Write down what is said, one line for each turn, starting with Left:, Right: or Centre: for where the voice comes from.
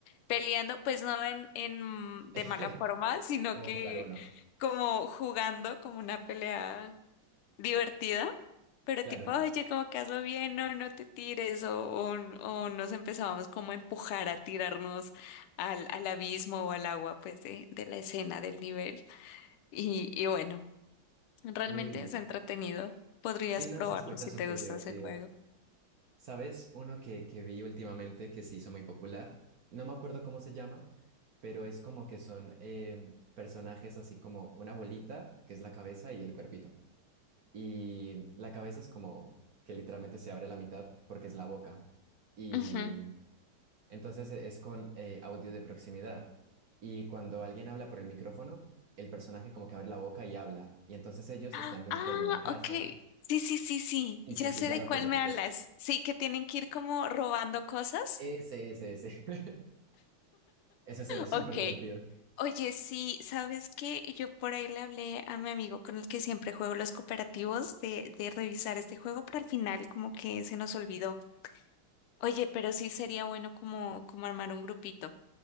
Left: peleando, pues no en, en
Right: <laughs>
Left: de mala forma, sino
Right: Como
Left: que
Right: jugar uno,
Left: como jugando como una pelea divertida. Pero
Right: claro.
Left: tipo, oye, como que hazlo bien, no, no te tires, o, o, o nos empezábamos como a empujar, a tirarnos al, al abismo o al agua, pues, de, de la escena, del nivel. Y, y bueno. Realmente
Right: Uy,
Left: es entretenido. Podrías
Right: sí, no,
Left: probarlo
Right: se escucha
Left: si
Right: súper
Left: te gusta
Right: divertido.
Left: ese juego.
Right: ¿Sabes uno que, que vi últimamente que se hizo muy popular? No me acuerdo cómo se llama, pero es como que son eh, personajes así como una bolita, que es la cabeza y el cuerpito. Y la cabeza es como que literalmente se abre a la mitad porque es la boca. Y
Left: Ujú.
Right: entonces e- es con eh, audio de proximidad. Y cuando alguien habla por el micrófono, el personaje como que abre la boca y habla. Y entonces ellos
Left: Ah,
Right: están dentro
Left: ah,
Right: de una casa.
Left: ok. Sí, sí, sí, sí.
Right: Sí,
Left: Ya
Right: sí, sí,
Left: sé
Right: ya
Left: de
Right: lo
Left: cuál
Right: pillaste.
Left: me hablas. Sí, que tienen que ir como robando cosas.
Right: Ese, ese, ese. <laughs> Ese se ve súper
Left: Ok.
Right: divertido.
Left: Oye, sí, ¿sabes qué? Yo por ahí le hablé a mi amigo con el que siempre juego los cooperativos de, de revisar este juego, pero al final como que se nos olvidó. Oye, pero sí sería bueno como, como armar un grupito.